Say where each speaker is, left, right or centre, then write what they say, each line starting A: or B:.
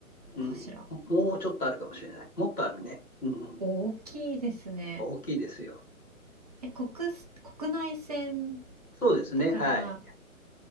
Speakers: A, on the left; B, on the right.
A: うん。
B: かしら
A: もうちょっとあるかもしれない。もっとあるね。うん。
B: 大きいですね
A: 大きいですよ。
B: え国国内線
A: そうですね。
B: だから
A: はい。